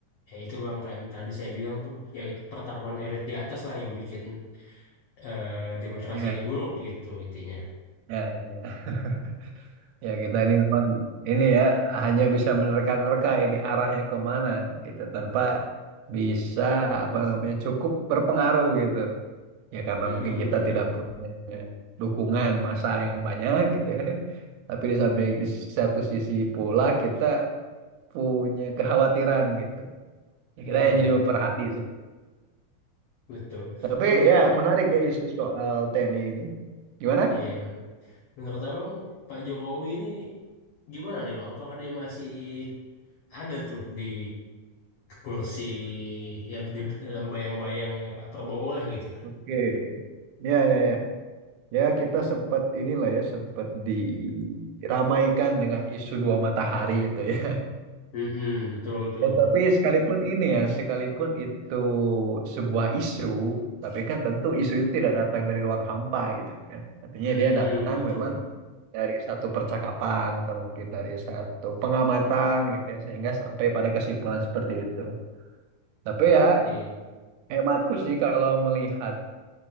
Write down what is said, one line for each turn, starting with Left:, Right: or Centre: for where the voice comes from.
Left: ya itu Bang kan tadi saya bilang tuh ya itu pertarungan elit di atas lah yang bikin eh, demokrasi
Right: Ya,
Left: ini buruk gitu intinya.
Right: ya, ya, ya. Ya, Ya, kita ini memang ini ya hanya bisa menerka-nerka ini arahnya kemana gitu tanpa bisa apa namanya cukup berpengaruh gitu. ya karena
Left: Mm-mm.
Right: mungkin kita tidak punya dukungan massa yang banyak gitu ya. Tapi di samping di satu sisi pula kita punya kekhawatiran gitu. Ya, kita
Left: Iya,
Right: yang jadi pemerhati.
Left: betul.
Right: Tapi
Left: Kalau menurut
Right: ya
Left: Abang
Right: menarik ya isu soal TNI ini. Gimana?
Left: Iya, Menurut abang Pak Jokowi ini gimana nih bang? Apakah dia masih ada tuh di kursi ya di dalam bayang-bayangnya Pak Prabowo lah gitu kan?
Right: Oke. Ya ya ya. Ya kita sempat inilah ya sempat diramaikan dengan isu dua matahari itu ya.
Left: Mm-mm, betul tuh.
Right: Ya, tapi sekalipun ini ya, sekalipun itu sebuah isu, tapi kan tentu isu itu tidak datang dari ruang hampa gitu kan. Artinya
Left: Mm-mm,
Right: dia datang
Left: betul.
Right: memang dari satu percakapan atau mungkin dari satu pengamatan gitu ya, sehingga sampai pada kesimpulan seperti itu. Tapi ya
Left: Iya,
Right: hematku sih kalau melihat